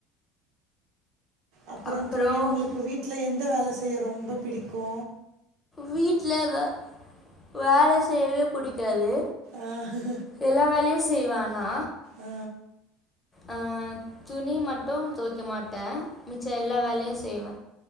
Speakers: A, on the right; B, on the left.
A: அப்பறோ
B: அப்புறம்
A: தோழி உங்களுக்கு வீட்டுல எந்த வேல செய்ய ரொம்ப பிடிக்கு
B: வீட்ல வ-வேல செய்யவே புடிக்காது
A: ஆ.
B: எல்லா வேலையு செய்வே ஆனா
A: ஆ,
B: ஆ துணி மட்டு தொவைக்க மாட்டே மிச்ச எல்லா வேலையு செய்வே